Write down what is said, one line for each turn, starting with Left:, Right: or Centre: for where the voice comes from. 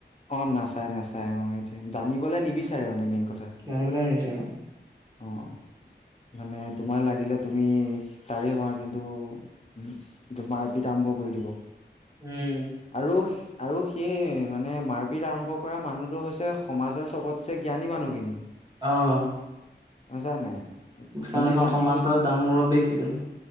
Left: অহ নাচাই নাচাই অহ, সেইটোৱে, জানিবলৈ নিবিচাৰে মানে মেইন কথা
Right: জানিবলৈ নিবিচাৰে অ'।
Left: অ'। মানে তোমাৰ লাগিলে তুমি তাৰে হোৱা কিন্তু, উম তোমাক পিতা আৰম্ভ কৰি দিব
Right: উম
Left: আৰু আৰু সেই মানে মাৰপিট আৰম্ভ কৰা মানুহটো হৈছে সমাজৰ চবতছে জ্ঞানী মানুহ সিনি।
Right: অহ।
Left: মজা নাই।
Right: এখন
Left: সিহঁতি
Right: এখন
Left: জানি
Right: সমাজৰ এটা মূৰৰ্ব্বি সেইজন।